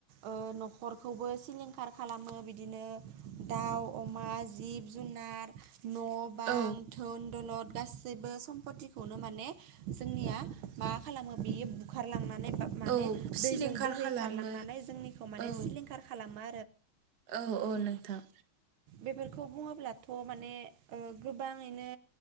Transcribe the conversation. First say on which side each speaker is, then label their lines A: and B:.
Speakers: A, on the right; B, on the right.
A: ओ न'खरखौबो सिलिंखार खाला खामो बिदिनो दाउ अमा जिब जुनार न' बां
B: औ
A: थोन दलद गासैबो सम्पतिखौनो माने जोंनिया मा खालामो बियो बुखारलांना माने बा माने
B: औ सिलिंखार
A: दैजों बोहैखारलांनानै
B: खालामो
A: जोंनिखौ माने
B: औ
A: सिलिंखार खालामा
B: औ औ नोंथां।
A: बेफोरखौ बुङोब्लाथ' माने ओ गोबाङैनो